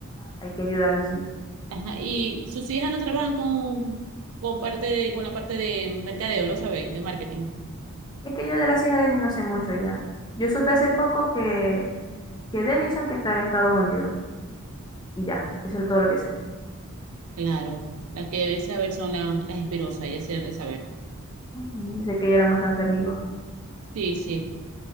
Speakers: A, on the left; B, on the right.
A: Hay que ayudarlo, sí.
B: Ajá, y sus hijas no trabajan con, con parte de, con la parte de mercadeo, ¿lo sabéis? De marketing.
A: Es que yo de las hijas de Denis no sé mucho ya. Yo supe hace poco que, que Denison que está en Estados Unidos. Y ya, eso es todo lo que sé.
B: Claro. Las que deben saber son la- las espirosas, ya se deben saber.
A: Ujú, Sé que ya eran bastante amigos.
B: Sí, sí.